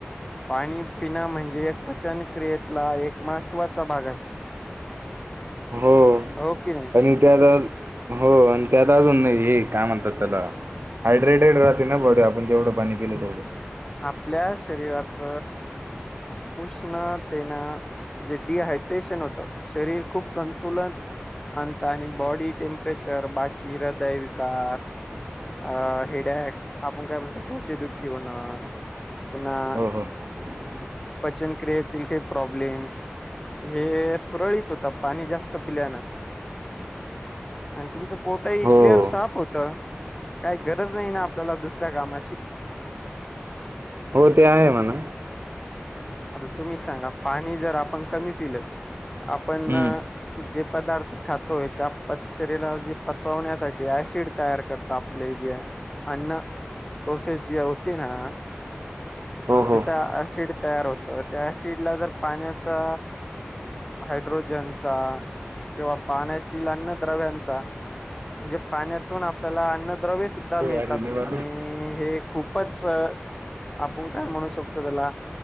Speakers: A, on the left (about 15°); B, on the right (about 60°).
A: पाणी पिणं म्हणजे पचन क्रियेतला एक महत्त्वाचा भाग आहे
B: हो
A: हो की नाही
B: आणि त्यात हो आणि त्यात अजून हे काय म्हणतात त्याला हायड्रेटेड राहते ना बॉडी आपण जेवढं पाणी पिलं तेवढं
A: आपल्या शरीराच उष्णतेना जे डिहायड्रेशन होतं शरीर खूप संतुलन आणता आणि बॉडी टेम्परेचर बाकी हृदय विकार अ हेिड्या आपण काय म्हणत डोकेदुखी हो ना पुन्हा
B: हो <inaudible>
A: पचनक्रियायेतील काही प्रॉब्लेम् हे सुरळीत होत पाणी जास्त पिल्यान आणि तुमच पोटाही क्लिअर
B: हो
A: साप होत काही गरज नाही ना आपल्याला दुसऱ्या कामाची
B: हो ते आहे म्हणा
A: आता तुम्ही सांगा पाणी जर आपण कमी पिलं आपण
B: हम्म
A: जे पदार्थ खातोय त्या शरीरा जे पचवण्यासाठी ऍसिड तयार करत आपले जे अन्न प्रोसेस जे होते ना
B: हो हो
A: तिथं
B: हो
A: ऍसिड तयार होत त्या ऍसिडला जर पाण्याचा हायड्रोजनचा किंवा पाण्यातील अन््य द्रव्यांचा जे पाण्यातून आपल्याला अन्नद्रव्यसुद्धा मिळतात
B: अरे देवा.
A: आणि हे खूपच आप म्हणू शकतो त्याला